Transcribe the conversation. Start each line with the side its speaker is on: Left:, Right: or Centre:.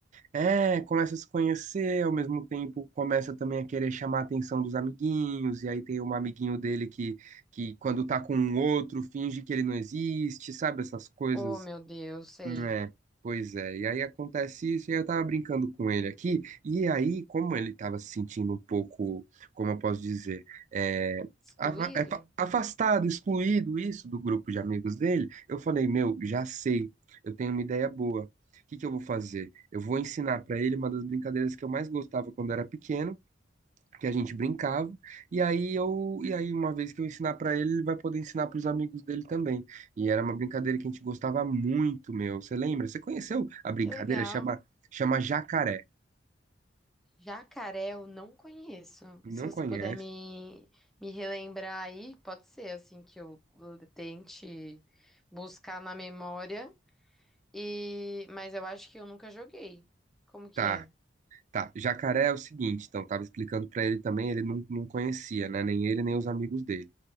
Right: É, começa a se conhecer, ao mesmo tempo começa também a querer chamar a atenção dos amiguinhos, e aí tem um amiguinho dele que que quando tá com um outro finge que ele não existe, sabe? Essas coisas
Centre: Oh, meu Deus, sei.
Right: É, pois é. E aí acontece isso, e aí eu tava brincando com ele aqui, e aí, como ele tava se sentindo um pouco, como eu posso dizer, é,
Centre: Excluído?
Right: afa- é, fa- afastado, excluído isso do grupo de amigos dele, eu falei, meu, já sei, eu tenho uma ideia boa. O que que eu vou fazer? Eu vou ensinar pra ele uma das brincadeiras que eu mais gostava quando era pequeno, que a gente brincava. E aí eu, e aí uma vez que eu ensinar pra ele, ele vai poder ensinar pros amigos dele também. E era uma brincadeira que a gente gostava muito, meu. Você lembra? Você conheceu a brincadeira?
Centre: Que legal.
Right: Chama, chama Jacaré.
Centre: Jacaré eu não conheço.
Right: Não
Centre: Se você
Right: conhece?
Centre: puder me, me relembrar aí, pode ser assim que eu tente buscar na memória. E, mas eu acho que eu nunca joguei. Como que
Right: Tá.
Centre: é?
Right: Tá, jacaré é o seguinte, então, tava explicando pra ele também, ele não, não conhecia, né? Nem ele, nem os amigos dele.